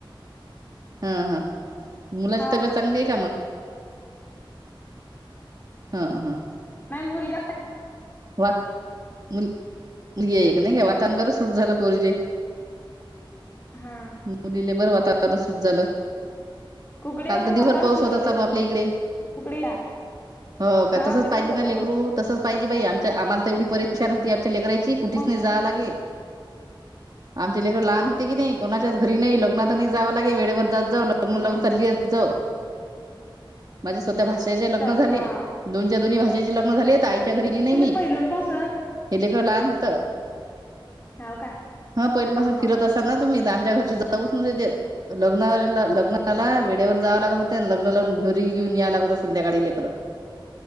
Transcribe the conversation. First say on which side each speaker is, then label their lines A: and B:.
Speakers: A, on the right; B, on the left.
A: हा हा मुलाची
B: हा
A: तब्येत चांगली आहे का मग हा हा.
B: नाही मुलगा
A: मु मु एक नाही घ्या वातान बरं सूट झालं पोरीजे
B: हा.
A: मुलीले बर वातावरण सुट झालं.
B: कुकडे
A: काल
B: याल
A: तर
B: वातावरण
A: दिवसवर पाऊस
B: सुट
A: होता
B: होते
A: चालू
B: तिला
A: आपल्या इकडे
B: कुकडे या
A: हो का
B: हा
A: तसंच
B: दिसभर
A: पाहिजे
B: होता
A: ना लेकरू
B: पाऊस
A: तसंच पाहिजे बाई आमच्या आम्हाला तर एवढी परेशान होती आमच्या लेकरायची. कुठेच
B: मग
A: नाही जा लागे. आमचे लेकर लहान होते की नाही कोणाच्याच घरी नाही लग्नात नाही जावं लागे वेळेवर जात जाऊग, लग्न लावून
B: हा
A: चालली जा माझे स्वतः भाषेचे लग्न
B: चाल
A: झाले
B: हा
A: दोन. दोनी भाषेची लग्न झाली आईच्या घरीली नाही मी,
B: पहिलून पासून
A: हे लेकर लहान होतं
B: हाव का
A: ह पहिन
B: हा
A: पाासून
B: हा
A: फिरत असा ना. तुम्ही त आमच्या घरचे जाऊच नव्हते देत, लग्नाला लग्न मला वेळेवर जावं लागत होतं आणि लग्न लागून घेरी घेऊन याव लागत होता संध्याकाळी लेकर.